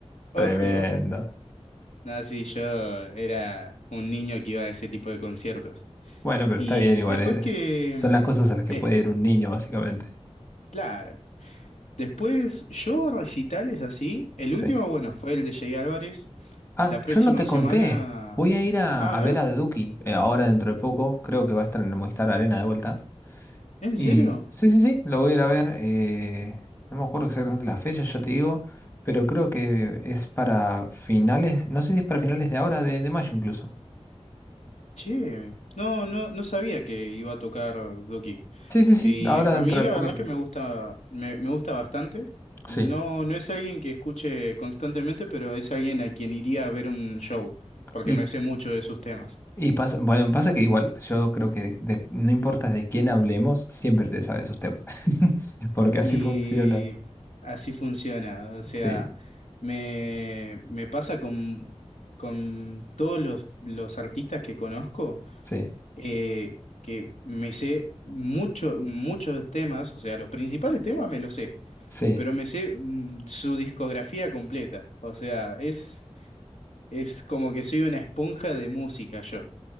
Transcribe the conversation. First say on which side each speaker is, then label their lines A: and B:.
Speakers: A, on the left; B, on the left.
A: Ojo.
B: Tremendo.
A: nada sí, yo era un niño que iba a ese tipo de conciertos.
B: Bueno, pero
A: Y
B: está bien, igual
A: después
B: es,
A: que...
B: son
A: mm,
B: las cosas a las que
A: eh,
B: puede ir un niño, básicamente.
A: claro. Después yo recitales así. El último,
B: Sí.
A: bueno, fue el de Jay Álvarez.
B: Ah,
A: La próxima
B: yo no te
A: semana...
B: conté. Voy a ir a,
A: Ah,
B: a
A: a ver.
B: ver a The Duki eh, ahora dentro de poco. Creo que va a estar en el Movistar Arena de vuelta.
A: ¿En
B: Y
A: serio?
B: sí, sí, sí, lo voy a ir a ver. eh, no me acuerdo exactamente la fecha, ya te digo. Pero creo que es para finales. No sé si es para finales de ahora, de, de mayo incluso.
A: Che. No, no, no sabía que iba a tocar Duki.
B: Sí, sí, sí,
A: Y
B: ahora
A: a
B: dentro
A: mí
B: de
A: la
B: poquito.
A: verdad que me gusta, me, me gusta bastante. No,
B: Sí.
A: no es alguien que escuche constantemente, pero es alguien a quien iría a ver un show, porque
B: Y,
A: me sé mucho de sus temas.
B: y pasa, bueno, pasa que igual yo creo que de- de- no importa de quién hablemos, siempre te sabes sus temas. <laughs> Porque así
A: Y
B: Mm. funciona.
A: así funciona. O sea,
B: Sí,
A: me, me pasa con, con todos los, los artistas que conozco,
B: sí,
A: eh, que me sé mucho, muchos temas, o sea, los principales temas me los sé.
B: sí.
A: pero me sé mm, su discografía completa. O sea, es, es como que soy una esponja de música yo.